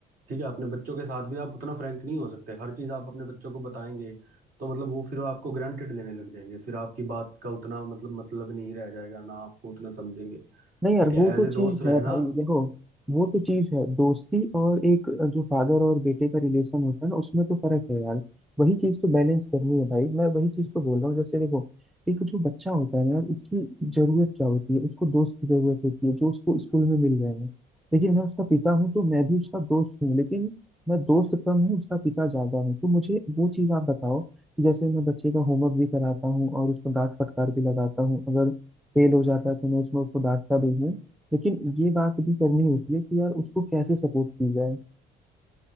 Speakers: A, on the right; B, in the centre.
A: ठीक है अपने बच्चों के साथ भी आप उतना फ्रैंक नहीं हो सकते हर चीज आप अपने बच्चों को बताएंगे तो मतलब वो फिर आपको ग्रांटेड लेने लग जाएंगे फिर आपकी बात का उतना मतलब मतलब नहीं रह जाएगा ना आपको उतना समझेंगे
B: नहीं यार
A: ठीक
B: वो
A: है एज
B: तो
A: ए दोस्त
B: चीज
A: रहना
B: है भाई देखो वो तो चीज है दोस्ती और एक जो फादर और बेटे का रिलेशन होता है ना उसमें तो फर्क है यार वही चीज तो बैलेंस करनी है भाई मैं वही चीज तो बोल रहा हूँ जैसे देखो एक जो बच्चा होता है ना यार उसकी जरूरत क्या होती है उसको दोस्त की जरूरत होती है जो उसको स्कूल में मिल रहे हैं लेकिन मैं उसका पिता हूँ तो मैं भी उसका दोस्त हूँ लेकिन मैं दोस्त कम हूँ उसका पिता ज्यादा हूँ तो मुझे वो चीज आप बताओ कि जैसे मैं बच्चे का होमवर्क भी कराता हूँ और उसको डांट फटकार भी लगाता हूँ अगर फेल हो जाता है तो मैं उसमें उसको डांटता भी हूँ लेकिन ये बात भी करनी होती है कि यार उसको कैसे सपोर्ट की जाए